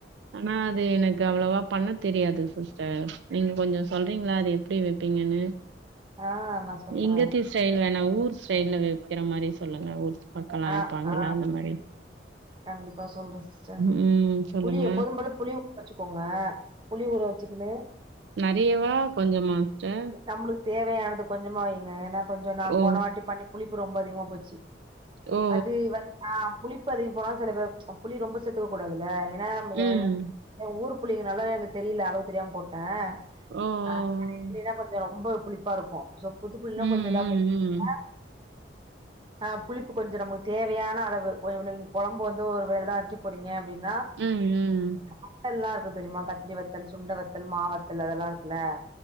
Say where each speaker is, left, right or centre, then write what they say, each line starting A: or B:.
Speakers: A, on the right; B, on the right.
A: ஆனா அது எனக்கு அவ்வளவா பண்ண தெரியாது சிஸ்டர் நீங்க கொஞ்சம் சொல்றீங்களா அது எப்டி வைப்பீங்கன்னு
B: ஆ நா சொல்றே
A: இங்கத்தி ஸ்டைல் வேணா ஊர் ஸ்டைல்ல வக்கிற மாரி சொல்லுங்க ஊர் பக்கமா
B: ஆ
A: வைப்பாங்கல்ல
B: ஆ
A: அந்த மாரி
B: கண்டிப்பா சொல்றேன் சிஸ்டர்
A: ம் சொல்லுங்க
B: புளி எப்போதும் போல புளி ஊ வச்சுக்கோங்க புளி ஊற வச்சுக்கினு
A: நறையவா கொஞ்சமா சிஸ்டர்
B: நம்மளுக்கு தேவையானது கொஞ்சமா வைங்க ஏன்னா கொஞ்சம் நான்
A: ஓ
B: போன வாட்டி பண்ணி புளிப்பு ரொம்ப அதிகமா போச்சி
A: ஓ ஓ
B: அது வந் ஆ புளிப்பு அதிகம் போனா சில பேர் புளி ரொம்ப சேத்துக்க கூடாதுல்ல ஏன்னா
A: ஓ
B: என்
A: ம்
B: என் ஊர் புள்ளிக்கு நல்லா எனக்கு தெரியல அளவு தெரியாம போட்டேன்
A: ஓ ஓ ஓ
B: அ யனா கொஞ்சம் ரொம்ப புளிப்பா இருக்கும் ரோ புது புளிலாம்
A: ம்
B: கொஞ்சம் இதா போதும்
A: ம் ம்
B: அ அ புளிப் கொஞ்சம் நமக்கு தேவையான அளவு கொஞ்ச நீங்க குழம்பு வந்து ஒரு வேலைதான் வக்கே போறீங்க அப்டினா
A: ம், ம்.
B: வத்தல்லாம் இருக்கு தெரியுமா கத்திரி வத்தல் சுண்ட வத்தல் மா வத்தல் அதெல்லாம் இருக்குல்ல